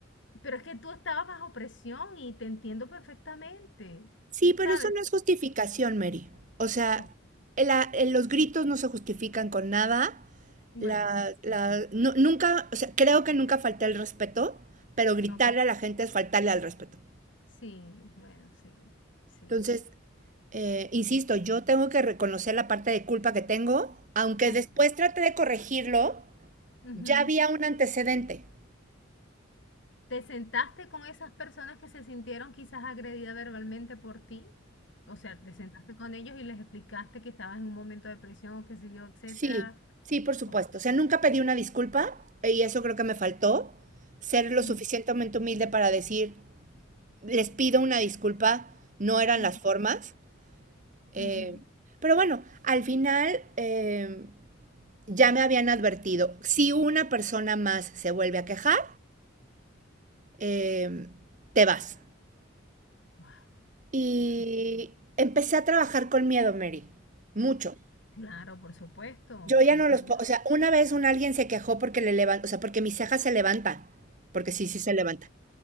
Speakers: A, on the left; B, on the right.
A: Pero es que tú estabas bajo presión y te entiendo perfectamente,
B: Sí, pero
A: ¿sabes?
B: eso no es justificación, Mary. O sea,
A: Ok,
B: la- eh, los gritos no se justifican con nada.
A: Bueno,
B: La, la-
A: sí.
B: nu- nunca, o sea, creo que nunca falté al respeto, pero gritarle
A: Ok.
B: a la gente es faltarle al respeto.
A: Sí, bueno, sí. Sí.
B: Entonces, eh, insisto, yo tengo que reconocer la parte de culpa que tengo, aunque
A: Ok.
B: después trate de corregirlo,
A: Ujú.
B: ya había un antecedente.
A: ¿Te sentaste con esas personas que se sintieron quizás agredidas verbalmente por ti? O sea, ¿te sentaste con ellos y les explicaste que estabas en un momento de presión o qué sé yo, etcétera?
B: Sí, sí, por supuesto.
A: Ok.
B: O sea, nunca pedí una disculpa y eso creo que me faltó, ser lo
A: Ujú,
B: suficientemente humilde para decir, les pido una disculpa, no eran
A: ujú,
B: las formas. Eh,
A: ujú.
B: pero bueno, al final eh, ya me habían advertido, si una persona más se vuelve a quejar, eh, te vas.
A: Wow,
B: Y
A: qué fuerte.
B: empecé a trabajar con miedo, Mary, mucho.
A: Claro, por supuesto.
B: Yo ya
A: Hasta
B: no los
A: yo.
B: puedo, o sea, una vez un alguien se quejó porque le levanta, o sea, porque mi ceja se levanta, porque sí, sí se levanta.